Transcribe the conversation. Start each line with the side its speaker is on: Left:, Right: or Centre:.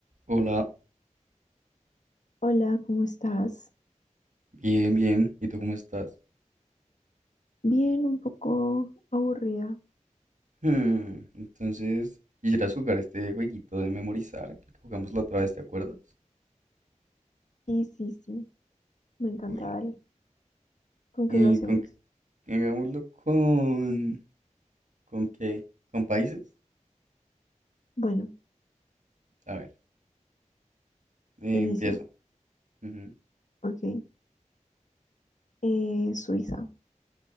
Right: Hola,
Left: Hola, ¿cómo estás?
Right: bien, bien. ¿Y tú cómo estás?
Left: Bien, un poco aburrida.
Right: Hmm, entonces, ¿quisieras jugar este jueguito de memorizar que jugamos la otra vez, ¿te acuerdas?
Left: Sí, sí, sí, me encanta,
Right: Bueno,
Left: dale. ¿Con
Right: ¿y
Left: qué lo hacemos?
Right: con qué- hagámoslo con... ¿Con qué? ¿Con países?
Left: Bueno,
Right: A ver, eh,
Left: inicio.
Right: empieza. Ujú.
Left: Ok. Eh, Suiza.